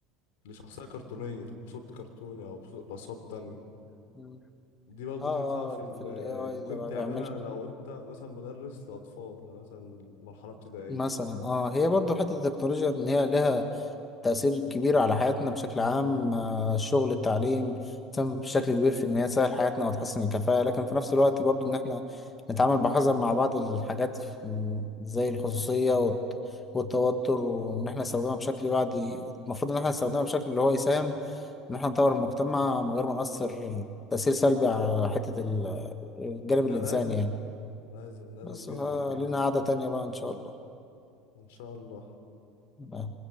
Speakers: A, on the left (about 80°); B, on the left (about 20°).
A: لشخصية كرتونية بصوت كرتوني او بصوت بأصوات تانية
B: مم.
A: دي برضو
B: آه
A: تنفع في
B: آه اللي
A: ال-
B: في ال AI
A: ممكن
B: ده بقى
A: تعملها
B: بيعمل
A: لو انت مثلا مدرس لأطفال يعني مثلا مرحلة ابتدائية
B: مثلا آه هي برضه حتة التكنولوجيا إن هي لها تأثير كبير على حياتنا بشكل عام آه، الشغل التعليم تم بشكل كبير في إن هي تسهل حياتنا وتحسن الكفاءة لكن في نفس الوقت برضو إن إحنا نتعامل بحذر مع بعض الحاجات م، زي الخصوصية والت- والتوتر وإن إحنا نستخدمها بشكل بعد المفروض إن إحنا نستخدمها بشكل اللي هو يساهم إن إحنا نطور المجتمع من غير ما نأثر تأثير سلبي على حتة ال- الجانب الإنساني
A: ده لازم
B: يعني
A: لازم لازم
B: بس
A: جدا
B: فلينا
A: كمان
B: قعدة تانية بقى إن شاء
A: ان شاء الله
B: الله